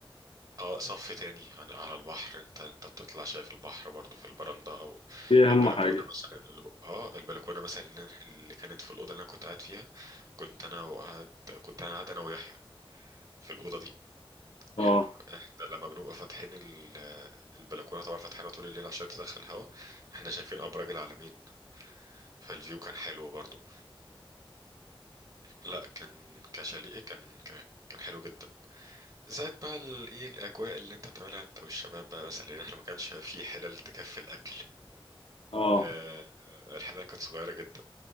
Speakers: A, on the right; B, on the left.
A: اه صف تاني عن- على البحر انت انت بتطلع شايف البحر برضو في البرندة او
B: دي أهم
A: البلكونة
B: حاجة
A: مثلا اللي جو- اه البلكونة مثلا اللي اللي كانت في الأوضة اللي انا كنت قاعد فيها كنت انا وقاعد كنت انا قاعد انا ويحيى في الأوضة دي
B: اه
A: حلو احنا لما بنبقى فاتحين ال- البلكونه طبعا فاتحينها طول الليل عشان تدخل هوا احنا شايفين ابراج العلمين فالفيو كان حلو برضو لا كان كشاليه كان ك- كان حلو جدا زائد بقى ال- ايه الاجواء اللي انت بتعملها انت والشباب بقى مثلا لان احنا ما كانش في حلل تكفي الاكل
B: اه
A: آه، الحلقة كانت صغيرة جدا